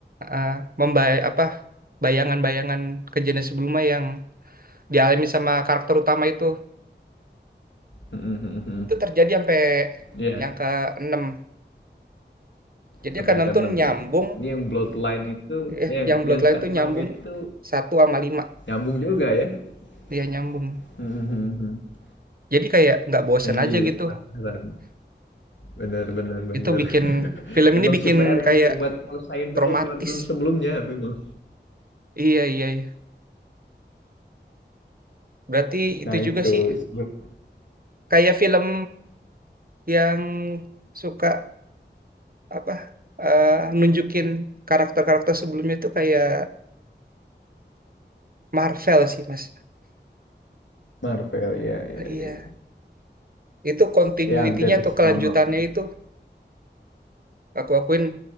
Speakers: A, on the right; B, on the left.
A: eh membay apa bayangan-bayangan kejadian sebelumnya yang dialami sama karakter utama itu
B: Mhm, mhm, mhm.
A: itu terjadi sampai
B: Iya,
A: yang ke enam jadi
B: sampai
A: yang ke enam
B: yang keenam
A: tuh nyambung
B: ya. Ini yang Bloodline itu
A: eh
B: eh, yang
A: yang Bloodline
B: yang keenam
A: tuh nyambung
B: itu
A: satu sama lima
B: nyambung juga ya. <laughs>
A: dia nyambung
B: Mhm, mhm, mhm.
A: jadi kayak nggak bosen
B: Nah, jadi
A: aja gitu
B: penasaran. Benar benar benar.
A: itu bikin
B: <laughs>
A: film
B: Memang
A: ini bikin
B: si PR ini
A: kayak
B: buat ngelesain
A: Kromatis.
B: dulu film-film sebelumnya memang.
A: Iya, iya, iya. Berarti itu
B: Nah itu
A: juga sih
B: sebelum
A: kayak film yang suka apa eh, nunjukin karakter-karakter sebelumnya itu kayak Marvel sih, Mas.
B: Marvel ya ya
A: Iya.
B: ya.
A: Itu continuity-nya
B: Ya hampir
A: atau kelanjutannya
B: sama memang.
A: itu aku akuin